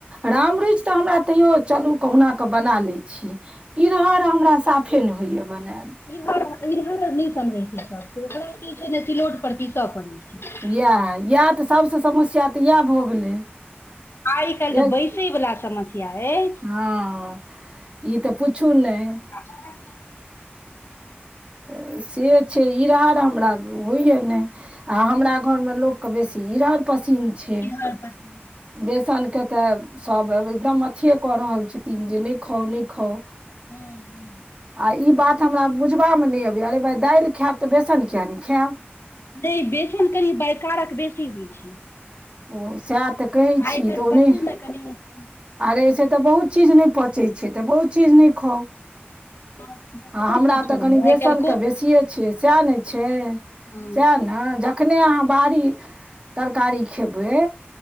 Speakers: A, on the right; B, on the left.
A: राम रुचि तऽ हमरा तैयो चलू कहुना कऽ बना लै छीय इधहर हमरा साफ फेन होइया बनायल
B: ईरहरआ नहि समरे छै सब ओकरा की छै ने सिलौट पर पीसय पड़े छै
A: इएह इएह तऽ सबसे समस्या तऽ इएह भऽ गेलै
B: आइ काल्हि तऽ
A: एक
B: बैसै वला समस्या अछि
A: हँ ई तऽ पुछू ने
B: अर
A: तऽ से छै ई रार हमरा होइय नहि आ हमरा घरमे लोक के बेसी इरहर पसीन छै
B: इधर पसन्द
A: बेसनके तऽ सभ एकदम अथिए कऽ रहल छथिन जे नहि खाउ नहि खाउ
B: अछि। हँ हँ
A: आ ई बात
B: बेसन
A: हमरा बुझ ा मे नहि अब अरे भाय दाल खायब तऽ बेसन किया ने खायब
B: जे बेसन कनि बैकारक बेसी होइ छै
A: ओ सएह तऽ कहै
B: आइ
A: छी
B: काल्हि
A: तऽ ओ
B: पचै
A: नहि
B: मे कनि
A: अरे से तऽ बहुत चीज नहि पचै छै तऽ बहुत चीज नहि खाउ
B: से तऽ कते
A: आ हमरा
B: चीज छोड़बै
A: तऽ कनि बेसनके
B: आइ काल्हि
A: बेसिए छियै सएह ने छै
B: ह
A: सएह ने जखने अहाँ बाहरी तरकारी खेबै